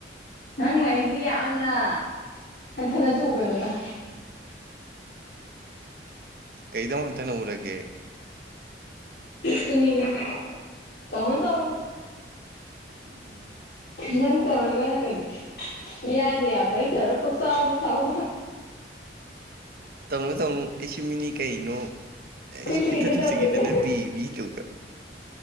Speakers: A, on the left (about 60°); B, on the right (about 55°).
A: ꯅꯪꯅ ꯑꯩꯁꯤ ꯌꯥꯝꯅ ꯍꯟꯊꯅꯁꯨ ꯎꯒꯅꯨꯗ
B: ꯀꯩꯗ ꯑꯃꯨꯛ ꯍꯟꯊꯅ ꯎꯔꯒꯦ
A: ꯁꯨꯃꯤꯅꯤ ꯇꯧꯅꯨ ꯇꯧꯅꯨ
B: ꯎꯝ
A: ꯅꯪ ꯇꯧꯔꯒ ꯅꯪ ꯀꯔꯤ ꯌꯥꯗꯦ ꯌꯥꯕ ꯑꯩꯅ ꯇꯧꯔꯒ ꯄꯪꯆꯥꯎꯅ ꯁꯥꯎꯕ
B: ꯇꯧꯅꯨ ꯇꯧꯅꯨ ꯑꯩꯁꯨ ꯃꯤꯅꯤ ꯀꯩꯅꯣ
A: ꯑꯩꯈꯣꯏꯁꯨ
B: ꯑꯩꯁꯨ ꯈꯤꯇ ꯇꯧꯁꯤ
A: ꯇꯧꯒꯦꯗ
B: ꯈꯤꯇꯅꯦ ꯕꯤ ꯕꯤ ꯇꯧꯗ